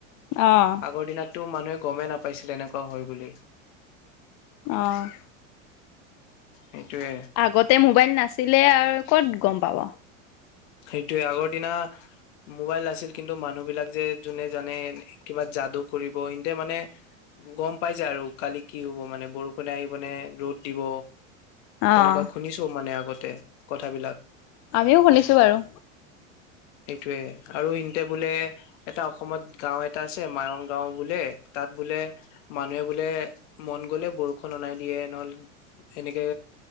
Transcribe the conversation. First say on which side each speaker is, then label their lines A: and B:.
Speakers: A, on the left (about 45°); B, on the left (about 65°).
A: অহ
B: আগৰ দিনততো মানুহে গমেই নাপাইছিল এনেকুৱা হয় বুলি
A: অ'
B: সেইটোৱে
A: আগতে মোবাইল নাছিলে আৰু ক'ত গম পাব
B: সেইটোয়ে আগৰ দিনা মোবাইল নাছিল কিন্তু মানুহ বিলাক যে যোনে জানে কিবা যাদু কৰিব সিঁহতে মানে গম পাই যায় আৰু কালি কি হ'ব মানে বৰষুণে আহিব নে ৰ'দ দিব
A: অ',
B: তেনেকুৱা শুনিছো মানে আগতে কথাবিলাক
A: আমিও শুনিছো বাৰু
B: সেইটোয়ে আৰু ইহতে বোলে এটা অসমত গাও এটা আছে মায়ৰং গাও বোলে তাত বোলে মানুহে বোলে মন গলে বৰষুণ অনাই দিয়ে নহল এনেকে